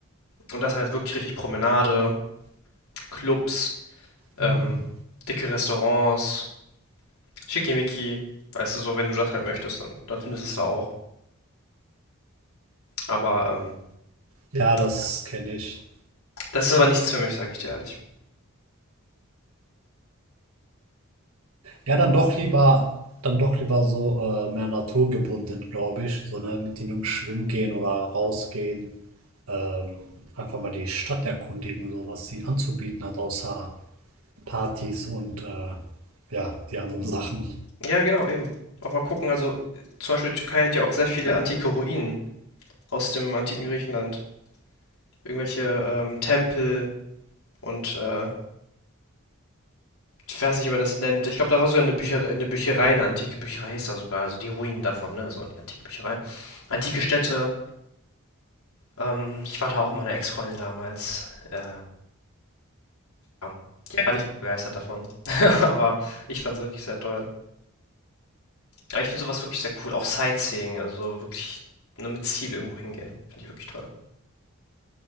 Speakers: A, on the left (about 85°); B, on the right (about 80°).
A: Und das halt wirklich richtig Promenade, Clubs, ähm,
B: Mhm.
A: dicke Restaurants, schickimicki. Weißt du, so, wenn du das halt möchtest, dann, dann findest du es da auch. Aber ähm,
B: Ja, das
A: ja,
B: kenne ich.
A: das ist aber nichts für mich, sage ich dir ehrlich.
B: Ja, dann doch lieber, dann doch lieber so äh, mehr naturgebunden, glaube ich. So, ne, mit den Jungs schwimmen gehen oder rausgehen. Ähm, einfach mal die Stadt erkundigen, so was sie anzubieten hat, außer Partys und äh, ja, die anderen Sachen.
A: Ja, genau, eben. Auch mal gucken, also zum Beispiel die Türkei hat ja auch sehr viele antike Ruinen aus dem antiken Griechenland. Irgendwelche ähm, Tempel und äh, ich weiß nicht, wie man das nennt. Ich glaube, da war sogar eine Bücherei, eine Bücherei, eine antike Bücherei ist da sogar, also die Ruinen davon, ne? So eine antike Bücherei. Antike Städte, Ähm, ich war da auch mit meiner Ex-Freundin damals. Äh, ja. Die war nicht begeistert davon. <laughs> Aber ich fand es wirklich sehr toll. Aber ich finde sowas wirklich sehr cool. Auch Sightseeing, also so wirklich ne, mit Ziel irgendwo hingehen. Finde ich wirklich toll.